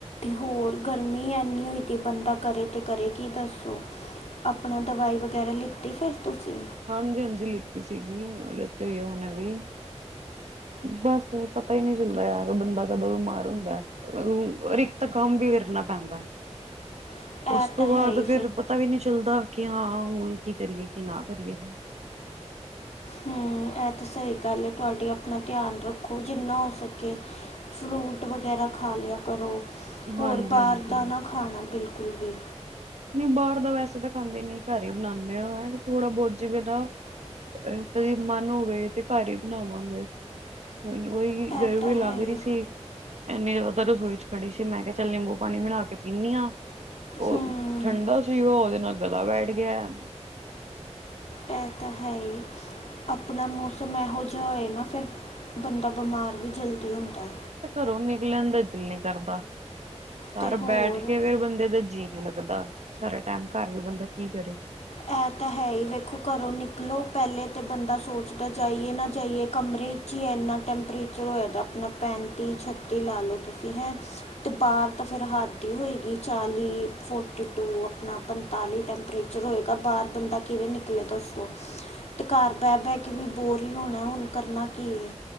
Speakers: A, on the left; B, on the right.
A: ਹੋਰ ਗਰਮੀ ਐਨੀ ਹੋਈ ਦੀ, ਬੰਦਾ ਕਰੇ ਤੇ ਕਰੇ ਕੀ ਦੱਸੋ। ਆਪਨਾ ਦਵਾਈ ਵਗੈਰਾ ਲਿੱਤੀ ਫਿਰ ਤੁਸੀਂ?
B: ਹਾਂਜੀ-ਹਾਂਜੀ, ਲਿੱਤੀ ਸੀਗੀ ਲਿਤੀ ਹੋਈ ਹੁਣੇ ਵੀ। ਬਸ ਪਤਾ ਈਨੀ ਚੱਲਦਾ ਯਾਰ ਬੰਦਾ ਕਦੋਂ ਬਿਮਾਰ ਹੁੰਦਾ ਏ। ਅ ਇਕ ਤਾ ਕੰਮ ਵੀ ਕਰਨਾ ਪੈਂਦਾ,
A: ਇਹ
B: ਉਸ ਤੋਂ
A: ਤਾਂ
B: ਬਾਦ
A: ਹੈ ਹੀ
B: ਫਿਰ ਪਤਾ ਵੀ ਨੀ ਚੱਲਦਾ ਕੀ ਹਾਂ ਹੁਣ ਕੀ ਕਰੀਏ ਕੀ ਨਾ ਕਰੀਏ।
A: ਹੂੰ, ਐ ਤਾਂ ਸਈ ਗੱਲ ਐ ਤੁਹਾਡੀ ਆਪ ਪਣਾ ਧਿਆਨ ਰੱਖੋ ਜਿੰਨਾ ਹੋ ਸਕੇ ਫਰੂਟ ਵਗੈਰਾ ਖਾ ਲਿਆ ਕਰੋ।
B: ਹਾਂਜੀ
A: ਹੋਰ ਬਾਰ
B: ਹਾਂਜੀ
A: ਦਾ ਨਾ ਖਾਣਾ ਬਿਲਕੁਲ ਵੀ।
B: ਨੀ ਬਾਰ ਦਾ ਵੈਸੇ ਤਾਂ ਖਾਂਦੇ ਨੀ ਘਰ ਈ ਬਣਾਦੇ ਆ, ਏਵੇ ਥੋੜਾ ਬੋਤ ਜਿਵੇਂ ਦਾ ਅ ਕਦੇ ਮਨ ਹੋਵੇ ਤੇ ਘਰ ਈ ਬਣਾਵਾਂਗੇ। ਹੁਣ ਓ ਈ
A: ਇਹ
B: ਗਰਮੀ
A: ਤਾਂ
B: ਲੱਗ
A: ਹੈ ਹੀ
B: ਰੀ ਸੀ। ਐਨੀ ਜਾਦਾ ਰਸੋਈ ਚ ਖੜੀ ਸੀ ਮੈਂ ਕਿਆ ਚੱਲ ਨਿੰਬੂ ਪਾਣੀ ਬਣਾ ਕੇ ਪੀਂਨੀ ਆ ਓ
A: ਹੂੰ
B: ਠੰਡਾ ਸੀਗਾ ਓ ਓਦੇ ਨਾਲ ਗਲਾ ਬੈਠ ਗਿਆ ਏ।
A: ਐ ਤਾਂ ਹੈ ਈ। ਆਪਣਾ ਮੌਸਮ ਏਹੋ ਜਾ ਹੋਏ ਨਾ ਫਿਰ ਬੰਦਾ ਬਿਮਾਰ ਵੀ ਜਲਦੀ ਹੁੰਦਾ ਏ।
B: ਘਰੋਂ ਨਿਕਲਣ ਦਾ ਦਿਲ ਨੀ ਕਰਦਾ, ਘਰ
A: ਤੇ ਹੋਰ
B: ਬੈਠ ਕੇ ਫੇਰ ਬੰਦੇ ਦਾ ਜੀ ਨੀ ਲੱ ਕਹਿੰਦਾ, ਸਾਰਾ ਟੈਮ ਘਰ ਵੀ ਬੰਦਾ ਕੀ ਕਰੇ।
A: ਐ ਤਾਂ ਹੈ ਈ, ਵੇਖੋ ਘਰੋਂ ਨਿਕਲੋ ਪੈਲੇ ਤੇ ਬੰਦਾ ਸੋਚਦਾ ਜਾਈਏ ਨਾ ਜਾਈਏ ਕਮਰੇ ਕੀ ਇੰਨਾ ਟੈਂਪਰੇਚਰ ਹੋਇਆ ਦਾ ਆਪਣਾ ਪੈਂਤੀ, ਛੱਤੀ ਲਾ ਲੋ ਤੁਸੀਂ ਹੈਂ। ਤੇ ਬਾਰ ਤਾਂ ਫਿਰ ਹੱਦ ਈ ਹੋਏਗੀ ਚਾਲੀ, ਫੋਰਟੀ ਟੂ ਆਪਣਾ ਪੰਤਾਲੀ ਟੈਂਪਰੇਚਰ ਹੋਏ। ਗਾ ਬਾਰ ਬੰਦਾ ਕਿਵੇਂ ਨਿਕਲੇ ਦੱਸੋ? ਤੇ ਘਰ ਬੈ-ਬੈ ਕੇ ਵੀ ਬੋਰ ਈ ਹੋਣਾ ਹੁਣ ਕਰਨਾ ਕੀ ਏ।